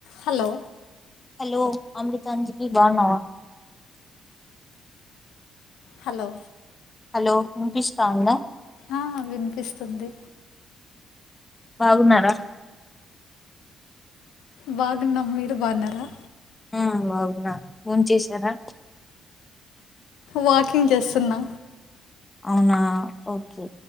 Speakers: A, on the left; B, on the left.
A: Hello
B: hello Amrutanjali బాగున్నావా
A: hello
B: hello వినిపిస్తా ఉందా
A: ఆ వినిపిస్తుంది
B: బాగున్నారా
A: బాగున్నం మీరు బాగున్నారా
B: ఆ బాగునా భోంచేసారా
A: వాకింగ్ చేస్తున్నా
B: అవునా ఓకే